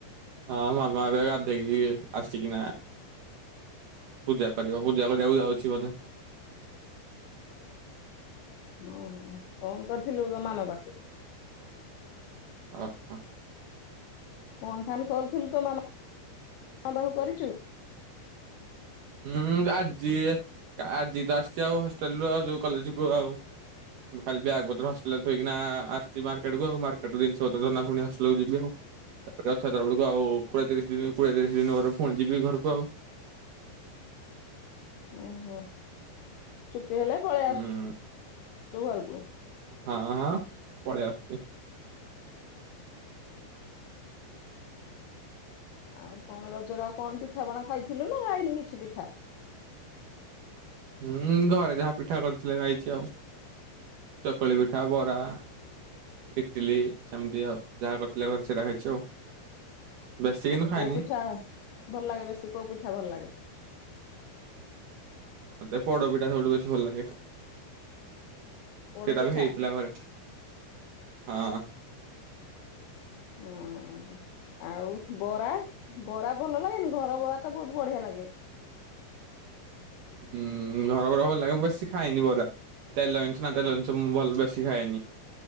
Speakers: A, on the right; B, on the left.
A: ହଁ ମାମା ହରିକା ଗାଧେଇକି ଆସିକିନା ପୂଜା କରିବ ପୂଜା କରିବାକୁ ଯାଉଚି ବୋଧେ।
B: ଓହୋ ଫୋନ୍ କରିଥିଲୁ ତୋ ମାମା ପାଖକୁ?
A: ଓ ହ।
B: ଫୋନ୍ ଫାନ୍ କରୁଥିଲୁ ତ ମାମା ମାମ ପାଖକୁ କରିଚୁ?
A: ହୁଁ ଆଜି ଆଜି ତ ଆସିଚି ଆଉ ହଷ୍ଟେଲରୁୁ ଆଉ ଯୋଉ କଲେଜ କୁ ଆଉ। ମୁ ଖାଲି ବ୍ୟାଗ ପତ୍ର ହଷ୍ଟେଲରେ ଥୋଇକିନା ଆସିଚି ମାର୍କେଟକୁ। ଆଉ ମାର୍କେଟ ରୁ ଜିନିଷ ପତ୍ର ଧରି ନା ପୁଣି ହଷ୍ଟେଲକୁ ଯିବି ଆଉ। ତାରେ ରଥଆତ୍ରା ବେଳକୁ ଆଉ କୋଏତିରିଶ ଦିନ କୋଡିଏତିରିଶ ଦିନ ପରେ ପୁଣି ଯିବି ଘରକୁ ଆଉ।
B: ଓହୋ ଛୁଟି ହେଲେ ପଳେଇ
A: ହୁଁ
B: ଆସୁୁ ଘରକୁ?
A: ହଁ ହଁ ପଳେଇ ଆସଚି।
B: ଆଉ କଣ ରଜରେ ଆଉ କଣ ପିଠାପଣା ଖାଇଥିଲୁ ନା ଖାଇନୁ କିଛି ପିଠା?
A: ହୁଁ ଘରେ ଯାହା ପିଠା କରିଥିଲେ ଖାଇଚି ଆଉ ଚକୁଳି ପିଠା ବରା। ଇଟିଲି ସେମିତି ଆଉ ଯାହା କରିଥିଲେ ଘରେ ସେଇଟା ହେଇଚି ଆଉ। ବେଶୀ କିନ୍ତୁ
B: ଆ
A: ଖାଇନି
B: କୋଉ ପିଠା ଭଲ ଲାଗେ ବେଶୀ କୋଉ ପିଠା ଭଲ ଲାଗେ?
A: ମତେ ପୋଡପିଠା ସବୁଠୁ ବେଶୀ ଭଲ ଲାଗେ।
B: ପୋଡ
A: ସେଇଟା
B: ପିଠା
A: ବି ହେଇଥିଲା ଘରେ। ହଁ।
B: ହୁଁ ହୁଁ। ଆଉ ବରା ବରା ଭଲ ଲାଗେନି? ଘର ବରା ତ ବହୁତ ବଢିଆ ଲାଗେ।
A: ହୁଁ ହୁଁ ଘର ବରା ଭଲ ଲାଗ ମୁ ବେଶି ଖାଇନି ବରା। ତେଲ ଜିନିଷ ନା ତେଲ ଜିନିଷ ମୁଁ ଭଲ ବେଶୀ ଖାଏନି।